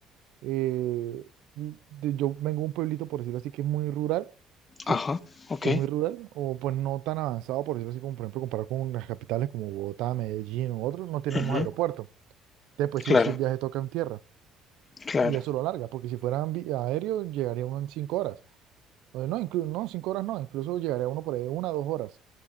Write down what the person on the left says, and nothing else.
Ajá, ok.
ujú,
Claro,
claro.